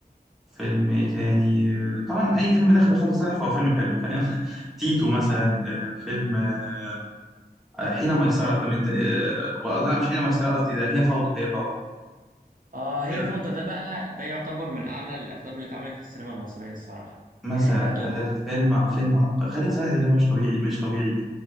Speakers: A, in the centre; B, on the right (about 55°).
A: فيلم ايه تاني طبعا اي فيلم دخله خالد صالح فهو فيلم حلو فاهم <laughs> تيتو مثلا آه، فيلم آه، آه، حين ميسرة طب انت آه، و- لا مش حين ميسرة قصدي ده هي فوضى هي فوضى
B: اه هي
A: إيه رأيك؟
B: فوضى ده بقى ده يعتبر من اعلى الافلام اللي اتعملت في السينما المصرية الصراحة
A: مثلا
B: يعني ده توب
A: ده, ده فيلم فيلم عبقري خالد صالح ده جاي مش طبيعي مش طبيعي